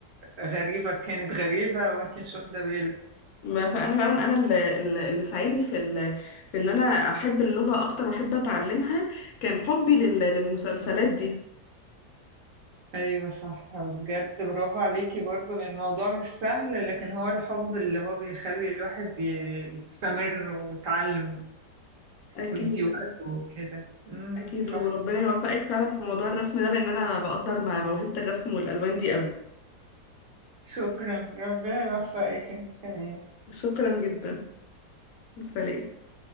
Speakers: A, on the right; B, on the left.
A: غريبة كانت غريبة وانتي مش واخدة بالك
B: ما فانا فعلا انا اللي, اللي اللي ساعدني في ال... في ان انا احب اللغه اكتر واحب اتعلمها كان حبي لل... للمسلسلات دي
A: أيوة صح بجد برافو عليكي برضو لأن الموضوع مش سهل لكن هو الحب اللي هو بيخلي الواحد ي- يستمر ويتعلم
B: اكيد
A: ويدي وقته وكده امم
B: اكيد
A: صح
B: وربنا يوفقك فعلا في موضوع الرسم ده لان انا بقدر م- موهبه الرسم والالوان دي قوي
A: شكرا ربنا يوفقك انت كمان
B: شكرا جدا سلام